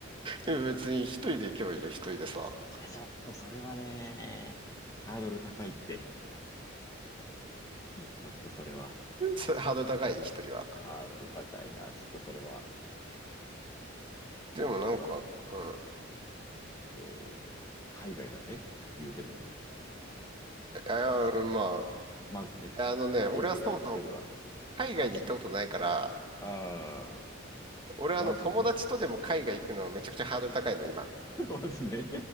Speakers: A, on the right; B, on the left.
A: でも別に一人で行けばいいじゃん、一人でさ。
B: いや、ちょっとそれはね、ハードル高いって。ちょっとそれは、
A: <laughs> そハードル高い、一人は。
B: ハードル高いな。ちょっとそれは、
A: でもなんか、
B: いや、だっ
A: うん。
B: て、海外だぜ言うても。
A: ああ、
B: ちょっと、
A: まあ、
B: まずね、
A: いや、あのね、
B: 海外一人は、
A: 俺はそもそも海外に行ったことないから、
B: ああ、
A: 俺はあの友達とでも海外行くのはめちゃくちゃハードル高いの、
B: まずね、
A: 今。
B: <laughs> まずね。